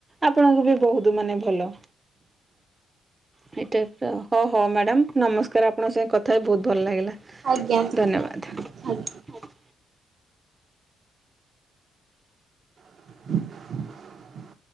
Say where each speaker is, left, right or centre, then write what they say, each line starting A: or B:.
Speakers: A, on the right; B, on the right.
A: ଆପଣଙ୍କୁ ବି ବୋହୁତ ମାନେ ଭଲ। ଏଇ ଟାଇପର ଆଉ ହ ହଉ ମାଡ଼ାମ ନମସ୍କାର ଆପଣଙ୍କ ସାଙ୍ଗେ କଥା ହେଇ ଭୋଉତ୍ ଭଲ ଲାଗିଲା।
B: ଆଜ୍ଞା
A: ଧନ୍ୟବାଦ।
B: ଆଜ୍ଞା। <unintelligible>